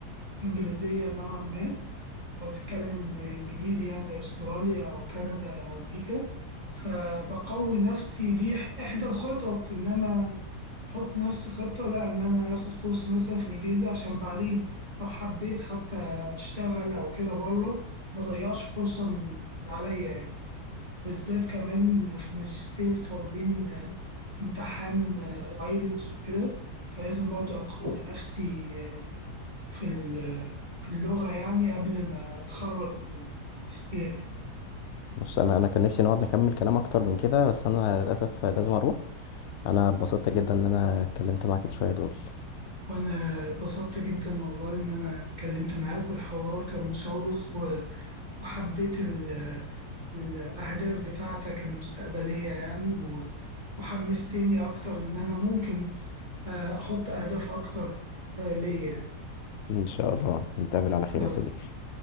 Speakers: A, on the right (about 25°); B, on the left (about 65°).
A: إنجليزية نوعا ما لو تتكلم إنجليزي يعني زي أستراليا أو كندا وأمريكا فبقوي نفسي دي إحدى الخطط إن أنا أحط نفسي خطة لا إن أنا آخد كورس مثلا في الإنجليزي عشان بعدين لو حبيت حتى أشتغل أو كده بره ما ضيعش فرصة من من عليا يعني بالذات كمان في الماجستير طالبين امتحان ايلتس وكده فلازم برضه أقوي نفسي آه، في ال- في اللغة يعني قبل ما أتخرج من الماجستير يعني.
B: بص انا انا كان نفسي نقعد نكمل كلام اكتر من كده بس انا للاسف لازم اروح انا اتبسطت جدا ان انا اتكلمت معاك شويه دول
A: وأنا اتبسطت جدا والله إن أنا اتكلمت معاك والحوار كان مشوق و- وحبيت ال- الأهداف بتاعتك المستقبلية يعني و- وحمستني أكتر إن أنا ممكن آه، أحط أهداف أكتر آه، ليا يعني.
B: ان شاء الله نتقابل على خير
A: يلا،
B: يا صديقي